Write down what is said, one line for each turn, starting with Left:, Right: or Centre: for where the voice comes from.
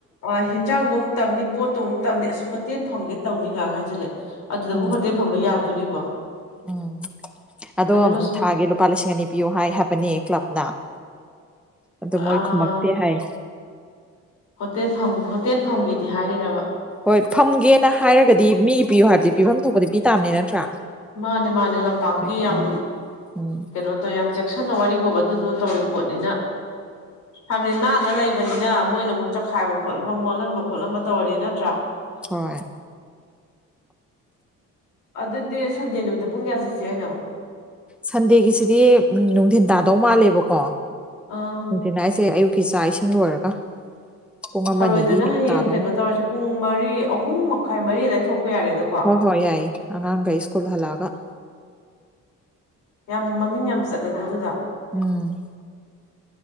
Left: ꯑ ꯍꯤꯟꯖꯥꯡꯗꯣ ꯑꯃꯨꯛ ꯇꯝꯅꯤ ꯄꯣꯠꯇꯨ ꯑꯃꯨꯛ ꯇꯝꯅꯤ ꯑꯁ ꯍꯣꯇꯦꯜ ꯐꯪꯒꯦ ꯇꯧꯅꯤꯒꯥꯏ ꯍꯥꯏꯖꯜꯂꯦ ꯑꯗꯨꯗꯕꯨ
Centre: ꯎꯝ
Left: ꯍꯣꯇꯦꯜ ꯐꯝꯕ ꯌꯥꯗꯣꯔꯤꯕꯣ
Centre: ꯎꯝ ꯑꯗꯣ
Left: ꯑꯗꯨꯒ
Centre: ꯊꯥꯒꯤ ꯂꯨꯄꯥ ꯂꯤꯁꯤꯡ ꯑꯅꯤ ꯄꯤꯌꯣ ꯍꯥꯏ ꯍꯥꯏꯕꯅꯦ ꯀ꯭ꯂꯕꯅ ꯑꯗꯣ
Left: ꯑ
Centre: ꯃꯣꯏ ꯈꯨꯝꯃꯛꯇꯦ ꯍꯥꯏ
Left: ꯍꯣꯇꯦꯜ ꯐꯝ ꯍꯣꯇꯦꯜ ꯐꯝꯒꯦꯗꯤ ꯍꯥꯏꯔꯤꯔꯕ
Centre: ꯍꯣꯏ ꯐꯝꯒꯦꯅ ꯍꯥꯏꯔꯒꯗꯤ ꯃꯤꯒꯤ ꯄꯤꯌꯨ ꯍꯥꯏꯕꯗꯤ ꯄꯤꯐꯝ ꯊꯣꯛꯄꯗꯤ ꯄꯤ ꯇꯥꯕꯅꯦ ꯅꯠꯇ꯭ꯔꯥ
Left: ꯃꯥꯅꯦ ꯃꯥꯅꯦ ꯂꯝꯄꯥꯛꯇꯤ
Centre: ꯎꯝ
Left: ꯌꯥꯝ
Centre: ꯎꯝ
Left: ꯀꯩꯅꯣ ꯇꯧꯋꯦ ꯌꯥꯝ ꯉꯥꯛꯁꯟꯅ ꯋꯥꯔꯤ ꯕꯣꯕ ꯑꯗꯨꯗꯨꯅ ꯇꯧꯔꯤ ꯄꯣꯠꯅꯤꯅ ꯍꯥꯏꯕꯅꯤ ꯥꯂꯩꯕꯅꯤꯅ ꯃꯣꯏꯅ ꯑꯃꯨꯛ ꯆꯈꯥꯏꯕ ꯈꯣꯠꯂꯝꯕ ꯃꯣꯠꯍꯟꯕ ꯈꯣꯠꯍꯟꯕ ꯇꯧꯔꯗꯤ ꯅꯠꯇ꯭ꯔꯥ
Centre: ꯍꯣꯏ
Left: ꯑꯗꯨꯗꯤ ꯁꯟꯗꯦ ꯅꯨꯃꯤꯠꯇ ꯄꯨꯡ ꯀꯌꯥ ꯆꯠꯁꯦ ꯍꯥꯏꯅꯣ
Centre: ꯁꯟꯗꯦꯒꯤꯁꯤꯗꯤ ꯅꯨꯡꯊꯤꯟ ꯇꯥꯗꯧ ꯃꯥꯜꯂꯦꯕꯀꯣ
Left: ꯑꯥ
Centre: ꯅꯨꯡꯊꯤꯅ ꯍꯥꯏꯁꯦ ꯑꯌꯨꯛꯀꯤ ꯆꯥꯛ ꯏꯁꯤꯡ ꯂꯣꯏꯔꯒ ꯄꯨꯡ ꯑꯃ
Left: ꯊꯧꯔꯣꯏꯗꯨꯅ
Centre: ꯑꯅꯤꯒꯤ
Left: ꯍꯌꯦꯡ
Centre: ꯇꯥꯗꯧꯃ
Left: ꯀꯩꯅꯣ ꯇꯧꯔꯁꯦ ꯄꯨꯡ ꯃꯔꯤ ꯑꯍꯨꯝ ꯃꯈꯥꯏ ꯃꯔꯤ ꯑꯗꯨꯋꯥꯏ ꯊꯣꯛꯄ ꯌꯥꯔꯦꯗ
Centre: ꯍꯣꯏ ꯍꯣꯏ ꯌꯥꯏꯌꯦ ꯑꯉꯥꯡꯈꯩ ꯁ꯭ꯀꯨꯜ ꯍꯜꯂꯛꯑꯒ
Left: ꯌꯥꯝ ꯃꯃꯤꯡ ꯌꯥꯝ ꯆꯠꯂꯦꯀꯣ ꯑꯗꯨꯗꯣ
Centre: ꯎꯝ